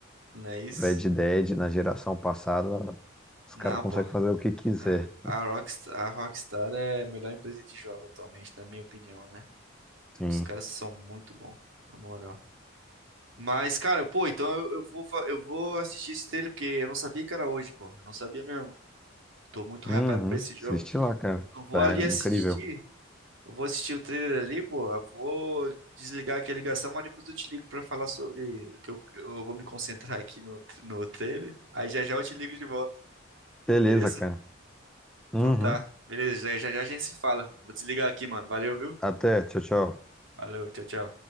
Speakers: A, on the right (about 70°); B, in the centre.
A: Não é isso?
B: Red Dead na geração passada, os
A: Não,
B: caras conseguem
A: pô.
B: fazer o que quiser.
A: Ah, A Rockstar, a Rockstar é a melhor empresa de jogo atualmente, na minha opinião, né?
B: Sim.
A: Os caras são muito bons, na moral. Mas, cara, pô, então eu, eu vou, fa- eu vou assistir esse trailer, porque eu não sabia que era hoje, pô. Eu não sabia mesmo. Tô muito
B: Uhum.
A: hypado pra esse jogo.
B: Assiste lá, cara.
A: Eu vou
B: Tá
A: ali assistir.
B: incrível.
A: Eu vou assistir o trailer ali, pô. eu Vou desligar aqui a ligação, mas depois eu te ligo pra falar sobre. Que eu, eu vou me concentrar aqui no, no trailer. Aí já já eu te ligo de volta,
B: Beleza,
A: beleza?
B: cara. Uhum.
A: Então tá. Beleza, já já já a gente se fala. Vou desligar aqui, mano. Valeu, viu?
B: Até. Tchau, tchau.
A: Valeu, tchau, tchau.